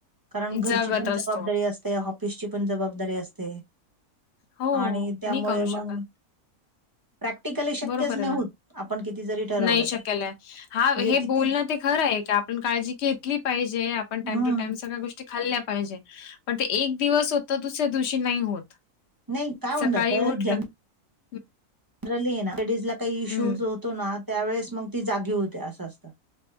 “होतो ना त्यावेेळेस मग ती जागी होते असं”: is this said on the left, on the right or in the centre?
Right